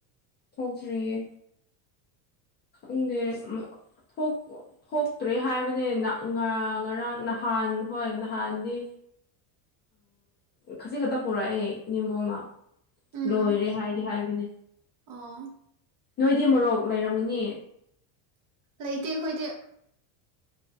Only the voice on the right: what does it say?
ꯎꯝ
ꯑꯣ
ꯂꯩꯇꯦ ꯑꯩꯈꯣꯏꯗꯤ